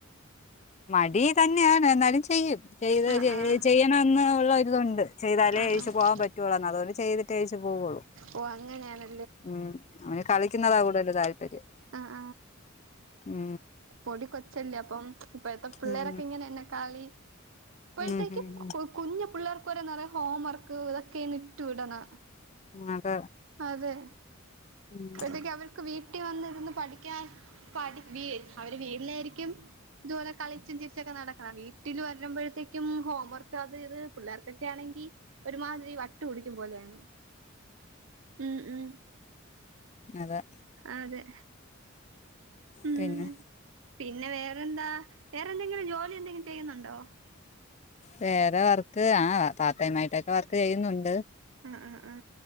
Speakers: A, on the left; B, on the right.
A: മടി തന്നെയാണ്, എന്നാലും ചെയ്യും ചെയ്ത്
B: ആഹ് ആഹ്
A: ചെയ്യണം എന്നൊള്ള രിതുണ്ട് ചെയ്താലേ
B: ആഹ്
A: ഇരിച്ചച്ച്
B: ആഹ്
A: പോകാൻ പറ്റുള്ളൊന്ന് അതുകൊണ്ട് ചെയ്തിട്ട് തേച്ചു പോവൊള്ളൂ
B: ഓ അങ്ങനെയാണ്
A: ഉം അവന് കളിക്കുന്നതാ കൂടുതൽ താല്പര്യം
B: ആഹ്
A: ഉം
B: പൊടി കൊച്ചല്ലേ അപ്പം ഇപ്പഴത്തെ പിള്ളേരൊക്കെ
A: ഉം
B: ഇങ്ങനെന്നെ കളി ഇപ്പോഴത്തേക്കും
A: ഉം ഉം ഉം
B: കു കുഞ്ഞു പിള്ളേർക്ക് വരെ നെറയെ ഹോം വർക്ക് ഇതൊക്കെ ഇട്ടു വിടണെ
A: ആ അതെ
B: അതെ
A: ഉം
B: അപ്പയത്തേക്ക് അവർക്ക് വീട്ടിൽ വന്നിരുന്ന് പഠിക്കാൻ പഠി അവര് വീട്ടിലായിരിക്കും ഇതുപോലെ കളിച്ചും ചീരിച്ചൊക്കെ നട ക്കാ വീട്ടിൽ വരുമ്പോഴത്തേക്കും ഹോം വർക്ക് അത് ഇത് പിള്ളേർക്കൊക്കെ ആണെങ്കി ഒരുമാതിരി വ ട്ട് പിടിക്കും പോലെയാണ് ഉം ഉം
A: അതെ
B: അതെ ഉം
A: പിന്നെ
B: പിന്നെ വേറെന്താ വേറെ എന്തെങ്കിലും ജോലി എന്തെങ്കിലും ചെയ്യുന്നുണ്ടോ
A: വേറെ വർക്ക് ആ പാർട്ട് ടൈം ആയിട്ടൊക്കെ വർക്ക് ചെയ്യുന്നുണ്ട്
B: ആ ആ ആ